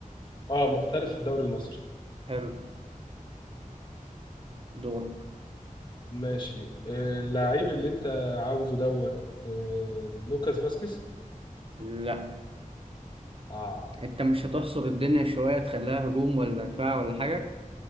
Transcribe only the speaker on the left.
اه محترف في الدوري المصري
ماشي آه، اللعيب اللي انت عاوزه دوت آه، لوكاس فاسكيز
اه